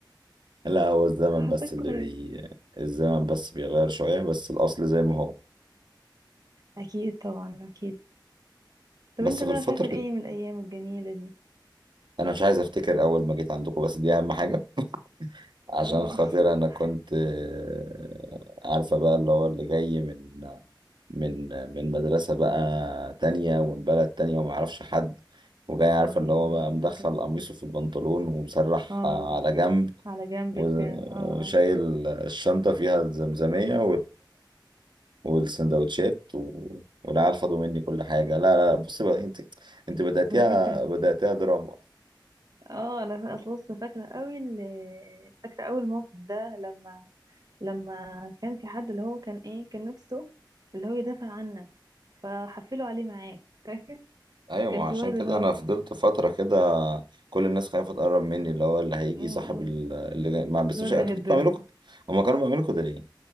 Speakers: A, on the right (about 70°); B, on the right (about 50°).
A: لا هو الزمن
B: حاساك
A: بس
B: اتغيرت
A: اللي بي الزمن بس بيغير شوية بس الأصل زي ما هو
B: اكيد طبعا اكيد طب
A: بس
B: انت
A: في
B: بقى
A: الفترة
B: فاكر ايه من الايام الجميله دي
A: أنا مش عايز أفتكر أول ما جيت عندكم بس دي أهم حاجة عشان
B: اه
A: خاطر
B: <laughs>
A: أنا كنت آه، عارفة بقى اللي هو اللي جاي من من من مدرسة بقى تانية ومن بلد تانية ومعرفش حد وجاي عارفة
B: اه يا
A: اللي
B: ابني
A: هو بقى مدخل
B: فاكره
A: قميصه في البنطلون ومسرح
B: اه
A: على جنب
B: على جنبك
A: وشايل
B: اه اه
A: الشنطة فيها الزمزمية والسندوتشات و... والعيال خدوا مني كل حاجة لا لا بص بقى انت انت بدأتيها
B: انا فاكره
A: بدأتيها دراما
B: اه انا فا- اصلا لسه فاكره قوي ال- فاكره اول موقف ده لما لما كان في حد اللي هو كان ايه كان نفسه اللي هو يدافع عنك فحفلوا عليه معاك فاكر
A: ايوه
B: كان
A: ما
B: في
A: عشان
B: واد
A: كده
B: اللي هو
A: انا فضلت فترة كده كل الناس خايفة تقرب مني اللي هو اللي هيجي
B: م- م-
A: صاحب ال- اللي جاي ما بس
B: الواد
A: مش انتوا
B: ده هيتضرب
A: كنتوا بتعملوا كده هما كانوا بيعملوا كده ليه؟